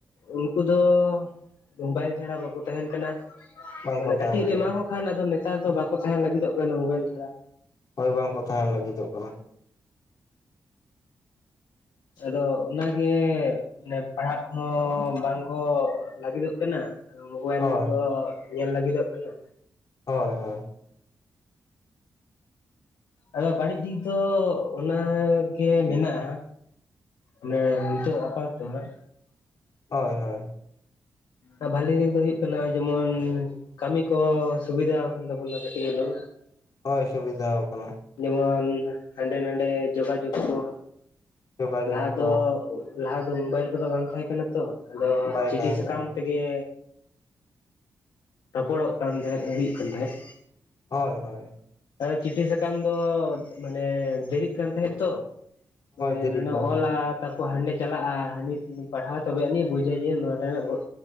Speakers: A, on the left (about 80°); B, on the left (about 60°).
A: ᱩᱱᱠᱩ ᱫᱚ ᱢᱳᱵᱟᱭᱤᱞ ᱪᱷᱟᱲᱟ ᱵᱟᱠᱚ ᱛᱟᱦᱮᱱ ᱠᱟᱱᱟ
B: ᱵᱟᱝᱠᱚ
A: ᱢᱟᱱᱮ
B: ᱛᱟᱦᱮᱱ
A: ᱠᱟᱹᱴᱤᱡ ᱨᱮ
B: ᱠᱟᱱᱟ
A: ᱮᱢᱟ ᱠᱚ ᱠᱷᱟᱱ ᱟᱫᱚ ᱱᱮᱛᱟᱨ ᱫᱚ ᱵᱟᱠᱚ ᱛᱟᱦᱮᱱ ᱞᱟᱹᱜᱤᱫᱚᱜ ᱠᱟᱱᱟ ᱢᱳᱵᱟᱭᱤᱞ ᱪᱷᱟᱲᱟ
B: ᱦᱳᱭ ᱵᱟᱝᱠᱚ ᱛᱟᱦᱮᱱ ᱞᱟᱹᱜᱤᱫᱚᱜ ᱠᱟᱱᱟ᱾
A: ᱟᱫᱚ ᱚᱱᱟᱜᱮ ᱢᱟᱱᱮ ᱯᱟᱲᱦᱟᱜ ᱠᱚᱦᱚᱸ ᱵᱟᱝ ᱠᱚ ᱞᱟᱹᱜᱤᱫᱚᱜ ᱠᱟᱱᱟ᱾ ᱟᱫᱚ ᱢᱳᱵᱟᱭᱤᱞ
B: ᱦᱳᱭ
A: ᱜᱮᱠᱚ ᱧᱮᱞ ᱞᱟᱹᱜᱤᱫᱚᱜ ᱠᱟᱱᱟ᱾
B: ᱦᱳᱭ ᱦᱳᱭ
A: ᱟᱫᱚ ᱵᱟᱹᱲᱤᱡ ᱫᱤᱠ ᱫᱚ ᱚᱱᱟᱜ ᱜᱮ ᱢᱮᱱᱟᱜᱼᱟ᱾ ᱢᱟᱱᱮ ᱱᱤᱛᱚᱜ ᱟᱯᱟᱛᱚᱛᱚ ᱦᱟᱜ
B: ᱦᱳᱭ ᱦᱳᱭ
A: ᱟᱨ ᱵᱷᱟᱞᱮ ᱫᱤᱠ ᱫᱚ ᱦᱩᱭᱩᱜ ᱠᱟᱱᱟ ᱡᱮᱢᱚᱱ ᱠᱟᱹᱢᱤ ᱠᱚ ᱥᱩᱵᱤᱫᱷᱟ ᱟᱠᱟᱱ ᱛᱟᱵᱚᱱᱟ ᱠᱟᱹᱴᱤᱡ ᱦᱮᱞᱳ
B: ᱦᱳᱭ ᱥᱩᱵᱤᱫᱷᱟ ᱟᱠᱟᱱᱟ
A: ᱡᱮᱢᱚᱱ ᱦᱟᱸᱰᱮ ᱱᱟᱰᱮ ᱡᱳᱜᱟᱡᱳᱜᱽ ᱠᱚ
B: ᱡᱳᱜᱟᱡᱳᱜᱽ
A: ᱞᱟᱦᱟ
B: ᱠᱚ
A: ᱫᱚ ᱞᱟᱦᱟ ᱫᱚ ᱢᱳᱵᱟᱭᱤᱞ ᱠᱚᱫᱚ ᱵᱟᱝ ᱛᱟᱦᱮᱸ ᱠᱟᱱᱟ ᱛᱚ ᱟᱫᱚ
B: ᱵᱟᱭ
A: ᱪᱤᱴᱷᱤ
B: ᱛᱟᱦᱮᱸ
A: ᱥᱟᱠᱟᱢ
B: ᱠᱟᱱᱟ
A: ᱛᱮ ᱜᱮ ᱨᱚᱯᱚᱲᱚᱜ ᱠᱟᱱ ᱛᱟᱦᱮᱸᱫ ᱦᱩᱭᱩᱜ ᱠᱟᱱ ᱛᱟᱦᱮᱸᱫ
B: ᱦᱳᱭ ᱦᱳᱭ
A: ᱪᱤᱴᱷᱤ ᱥᱟᱠᱟᱢ ᱫᱚ ᱢᱟᱱᱮ ᱫᱮᱨᱤᱜ ᱠᱟᱱ ᱛᱟᱦᱮᱸᱜ ᱛᱚ ᱦᱳᱭ
B: ᱫᱮᱨᱤᱜ
A: ᱱᱚᱸᱰᱮᱢ
B: ᱠᱟᱱ
A: ᱚᱞᱟ
B: ᱛᱟᱦᱮᱸᱫ
A: ᱛᱟ ᱦᱟᱸᱰᱮ ᱪᱟᱞᱟᱜᱼᱟ᱾ ᱦᱟᱱᱤ ᱯᱟᱲᱦᱟᱣ ᱛᱚᱵᱮ ᱟᱹᱱᱤᱡ ᱵᱩᱡᱟᱹ ᱡᱮ ᱱᱚᱸᱰᱮ ᱱᱟᱜ